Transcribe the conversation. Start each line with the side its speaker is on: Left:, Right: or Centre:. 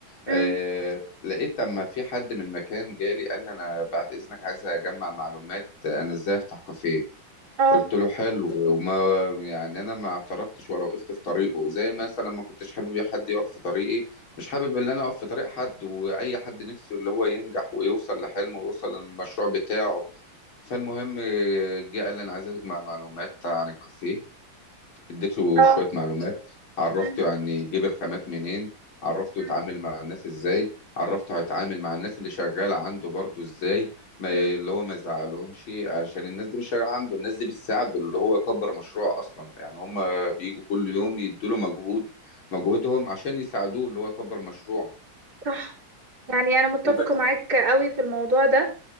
Right: امم
Left: آه، لقيت اما في حد من مكان جالي قال لي انا بعد اذنك عايز اجمع معلومات انا ازاي افتح كافيه
Right: اه
Left: قلت له حلو وما يعني انا ما اعترضتش ولا وقفت في طريقه زي مثلا ما كنتش حابب حد يقف في طريقي مش حابب ان انا اقف في طريق حد واي حد نفسه اللي هو ينجح ويوصل لحلمه ويوصل للمشروع بتاعه فالمهم آه، جه قال لي انا عايز اجمع معلومات عن الكافيه اديته
Right: اه
Left: شوية معلومات عرفته
Right: امم
Left: يعني يجيب الخامات منين عرفته يتعامل
Right: امم
Left: مع الناس ازاي عرفته هيتعامل مع الناس اللي شغالة عنده برضو ازاي ما
Right: امم
Left: اللي هو ما يزعلهمش عشان الناس دي مش شغالة عنده الناس دي بتساعده اللي هو يكبر مشروعه أصلا يعني هم بيجوا كل يوم يدوا له مجهود مجهودهم عشان يساعدوه اللي هو يكبر مشروعه
Right: صح يعني انا متفقة
Left: وبس
Right: معاك قوي في الموضوع ده